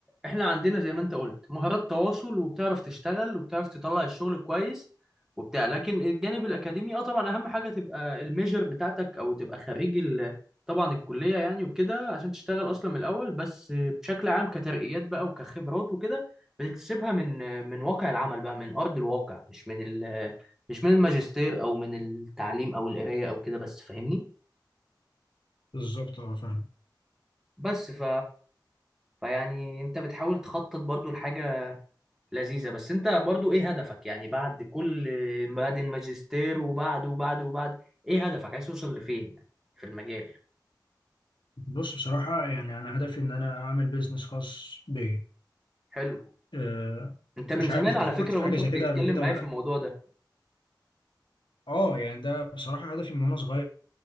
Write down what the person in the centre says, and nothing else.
احنا عندنا زي ما انت قلت مهارات تواصل وبتعرف تشتغل وبتعرف تطلع الشغل كويس وبتاع لكن الجانب الأكاديمي اه طبعا أهم حاجة تبقى الميجر بتاعتك أو تبقى خريج ال... طبعا الكلية يعني وكده عشان تشتغل أصلا من الأول بس بشكل عام كترقيات بقى وكخبرات وكده بتكتسبها من من واقع العمل بقى من أرض الواقع مش من ال... مش من الماجستير أو من التعليم أو القراية أو كده بس فاهمني
بس ف فيعني انت بتحاول تخطط برضو لحاجة لذيذة بس انت برضو ايه هدفك يعني بعد كل بعد الماجستير وبعده وبعده وبعد ايه هدفك عايز توصل لفين يعني في المجال
حلو
انت من
زمان
على
فكرة
وانت
بتتكلم
معايا
في الموضوع ده